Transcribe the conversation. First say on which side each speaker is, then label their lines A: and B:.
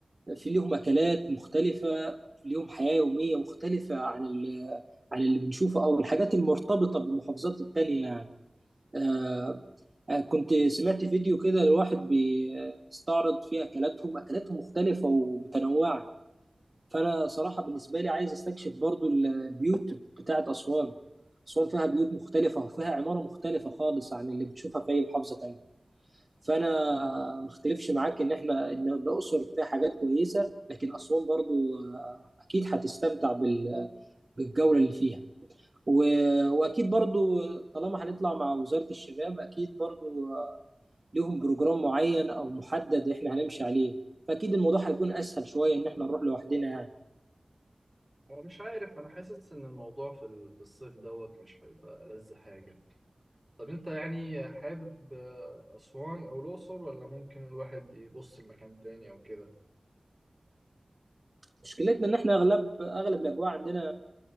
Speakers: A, on the right; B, on the right.
A: في ليهم أكلات مختلفة في ليهم حياة يومية مختلفة عن ال- عن اللي بنشوفه أو الحاجات المرتبطة بالمحافظات التانية يعني آه، آه، كنت سمعت فيديو كده لواحد بي- آه، بيستعرض فيه أكلاتهم أكلاتهم مختلفة ومتنوعة فانا صراحه بالنسبه لي عايز استكشف برضو ال- البيوت بتاعت اسوان اسوان فيها بيوت مختلفه وفيها عماره مختلفه خالص عن اللي بتشوفها في اي محافظه تانية فانا ما اختلفش معاك ان احنا ان الاقصر فيها حاجات كويسه لكن اسوان برضو آه، اكيد هتستمتع بال- بالجوله اللي فيها و- واكيد برضو طالما هنطلع مع وزاره الشباب اكيد برضو آه، ليهم بروجرام معين او محدد احنا هنمشي عليه فاكيد الموضوع هيكون اسهل شويه ان احنا نروح لوحدنا يعني
B: هو مش عارف أنا حاسس إن الموضوع في ال- في الصيف دوت مش هيبقى ألذ حاجة طب أنت يعني حابب آه، أسوان أو الأقصر ولا ممكن الواحد يبص لمكان تاني أو كده؟
A: مشكلتنا ان احنا اغلب اغلب الاجواء عندنا